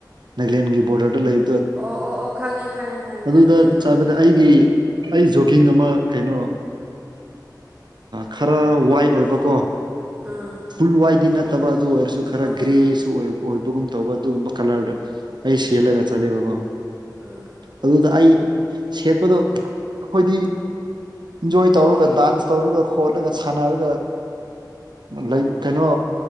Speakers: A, on the right; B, on the right.
A: ꯅꯥꯒꯂꯦꯟꯒꯤ ꯕꯣꯔꯗꯔꯗ ꯂꯩ
B: ꯑꯣ ꯑꯣ ꯑꯣ ꯈꯪꯉꯦ ꯈꯪꯉꯦ ꯈꯪꯉꯦ
A: ꯑꯗꯨꯗ
B: ꯈꯪꯉꯦ ꯈꯪꯂꯦ
A: ꯆꯠꯄꯗꯥ
B: ꯈꯪꯂꯦ
A: ꯑꯩꯒꯤ ꯑꯩ ꯖꯣꯒꯤꯡ ꯑꯃ ꯀꯩꯅꯣ ꯈꯔ ꯋꯥꯏꯠ ꯑꯣꯏꯕꯥ ꯀꯣ
B: ꯑꯥ
A: ꯐꯨꯜ ꯋꯥꯏꯗꯤ ꯅꯠꯇꯕꯥ ꯑꯗꯨ ꯑꯣꯏꯔꯁꯨ ꯈꯔꯗꯤ
B: ꯍꯣꯏ
A: ꯒ꯭ꯔꯦ
B: ꯍꯣꯏ
A: ꯑꯥꯗꯨ ꯑꯣꯏꯕꯒꯨꯝ ꯇꯧꯕ ꯑꯗꯨꯒꯨꯝꯕ ꯀꯂꯔꯗ ꯑꯩ ꯁꯦꯠꯂꯒ ꯆꯠꯂꯦꯕꯀꯣ
B: ꯑꯥ
A: ꯑꯗꯨꯗꯥ ꯑꯩ ꯁꯦꯠꯄꯗꯣ ꯑꯩꯈꯣꯏꯗꯤ ꯏꯟꯖꯣꯏ ꯇꯧꯔꯒꯥ ꯗꯥꯟꯁ ꯇꯧꯔꯒꯥ ꯈꯣꯠꯂꯒ ꯁꯥꯟꯅꯔꯒꯥ ꯂꯩ ꯀꯩꯅꯣ